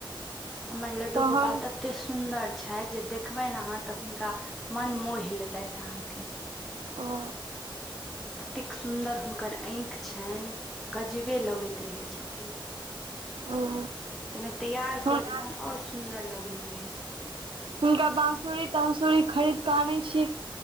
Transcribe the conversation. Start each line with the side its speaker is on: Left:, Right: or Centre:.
Centre: हमर लड्डु
Right: तहन
Centre: गोपाल तते सु सुन्दर छथि जे देखबनि अहाँ तऽ हुनका मन मोहि लेतहिन अहाँके
Right: ओ
Centre: ततेक सुन्दर हुनकर आँखि छनि गजबे लगैत रहैत छथिन
Right: ओ
Centre: ताहिमे तैयार
Right: हुन
Centre: कऽ दिऔन आओर सुन्दर लगैत रहय छथिन
Right: हुनका बाँंसुरी ताँंसुरी खरीदके आनै छी